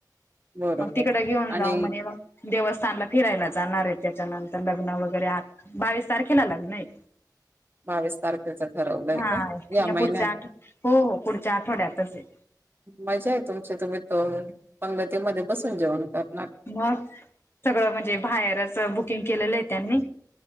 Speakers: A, on the right; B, on the left.
A: बरोबर
B: मग तिकड घेऊन
A: आणि
B: जाऊ म्हणजे देवस्थानला फिरायला जाणार आहे त्याच्यानंतर लग्न वगैरे आ बावीस तारखेला लग्न हाय.
A: बावीस तारखेच ठरवलंय
B: हा
A: का
B: या
A: महिन्यात
B: पुढच्या आठ हो हो पुढच्या आठवड्यातच आहे.
A: मजा आहे तुमची तुम्ही त पंगतीमध्ये बसून जेवण करणार
B: मग सगळं म्हणजे बाहेरच बुकिंग केलेलं आहे त्यांनी